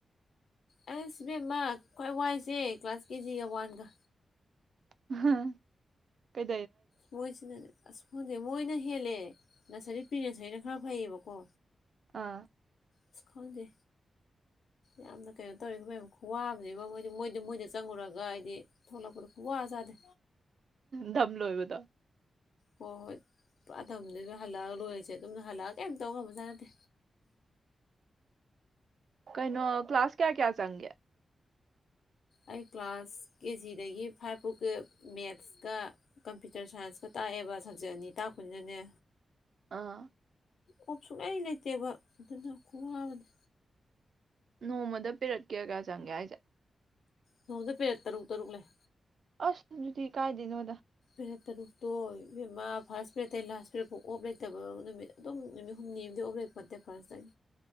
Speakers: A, on the left; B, on the right.
A: ꯑꯩꯁ ꯏꯕꯦꯝꯃꯥ ꯈ꯭ꯋꯥꯏ ꯋꯥꯏꯁꯦ ꯀ꯭ꯂꯥꯁ ꯀꯦ ꯖꯤ ꯒ ꯋꯥꯟꯒ
B: ꯍꯝ ꯀꯩ
A: ꯃꯣꯏꯁꯤꯅꯅꯦ ꯑꯁ ꯈꯪꯗꯦ ꯃꯣꯏꯅ ꯍꯦꯜꯂꯦ ꯅꯔꯁꯔꯤ ꯄ꯭ꯔꯤ ꯅꯔꯁꯔꯤꯅ ꯈꯔ ꯐꯩꯌꯦꯕꯀꯣ
B: ꯑꯥ
A: ꯑꯁ ꯈꯪꯗꯦ ꯌꯥꯝꯅ ꯀꯩꯅꯣ ꯇꯧꯏꯕꯨ ꯀꯩꯅꯣ ꯈꯨꯋꯥꯝꯅꯦꯕꯣ ꯃꯣꯏꯗꯤ ꯃꯣꯏꯗ ꯃꯣꯏꯗ ꯆꯪꯉꯨꯔꯒ ꯍꯥꯏꯕꯗꯤ ꯊꯣꯛꯂꯛꯄꯗ ꯈꯨꯋꯥ ꯆꯥꯗꯦ
B: ꯗꯝ ꯂꯣꯏꯕꯗꯣ
A: ꯍꯣꯏ ꯍꯣꯏ ꯄꯨꯔꯥ ꯗꯝꯅꯤꯗ ꯍꯜꯂꯛꯑꯒ ꯂꯣꯏꯔꯤꯁꯦ ꯑꯗꯨꯅ ꯍꯜꯂꯛꯑꯒ ꯀꯩꯝ ꯇꯧꯉꯝꯕ ꯖꯥꯠ ꯅꯠꯇꯦ
B: ꯀꯩꯅꯣ ꯀ꯭ꯂꯥꯁ ꯀꯌꯥ ꯀꯌꯥ ꯆꯪꯒꯦ
A: ꯑꯩ ꯀ꯭ꯂꯥꯁ ꯀꯦ ꯖꯤ ꯗꯒꯤ ꯐꯥꯏꯚ ꯐꯥꯎꯀꯤ ꯃꯦꯠꯁꯀ ꯀꯝꯄ꯭ꯌꯨꯇꯔ ꯁꯥꯏꯟꯁꯀ ꯇꯥꯛꯑꯦꯕ ꯁꯕꯖꯦꯛ ꯑꯅꯤ ꯇꯥꯛꯄꯅꯤꯅꯅꯦ
B: ꯑꯥ
A: ꯑꯣꯞ ꯁꯨꯛꯂꯩ ꯂꯩꯇꯦꯕ ꯑꯗꯨꯅ ꯈꯨꯋꯥꯃꯅꯦ
B: ꯅꯣꯡꯃꯗ ꯄꯦꯔꯠ ꯀꯌꯥ ꯆꯪꯒꯦ ꯍꯥꯏꯁꯦ
A: ꯅꯣꯡꯃꯥꯗ ꯄꯦꯔꯠ ꯇꯔꯨꯛ ꯇꯔꯨꯛ ꯂꯩ
B: ꯑꯁ ꯑꯗꯨꯗꯤ ꯀꯥꯏꯗꯅꯣꯗ
A: ꯄꯔꯦꯠ ꯇꯔꯨꯛꯇꯣ ꯏꯕꯦꯃꯥ ꯐꯥꯔꯁ ꯄꯦꯔꯠꯇꯩ ꯂꯥꯁ ꯄꯦꯔꯦꯠꯐꯥꯎ ꯑꯣꯐ ꯂꯩꯇꯕ ꯅꯨꯃꯤꯠ ꯑꯗꯨꯝ ꯅꯨꯃꯤꯠ ꯍꯨꯝꯅꯤ ꯑꯃꯗꯤ ꯑꯣꯐ ꯂꯩꯄꯣꯠꯇꯦ ꯅꯠꯇꯦ ꯐꯥꯔꯁꯇꯇꯩ